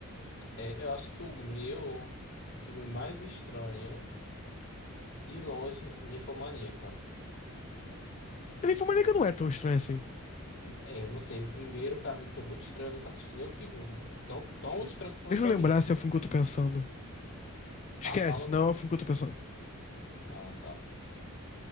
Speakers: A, on the left; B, on the left.
A: É, eu acho que o meu filme mais estranho, de longe, Ninfomaníaca.
B: A Ninfomaníaca não é tão estranho assim.
A: É, eu não sei, o primeiro pra mim foi muito estranho, eu nunca assisti nem o segundo, tão, tão estranho que foi
B: Deixa
A: pra
B: eu lembrar
A: mim.
B: se é o filme que eu tô pensando.
A: Tá,
B: Esquece,
A: fala.
B: não é o filme que eu tô pensando.
A: Ah, tá.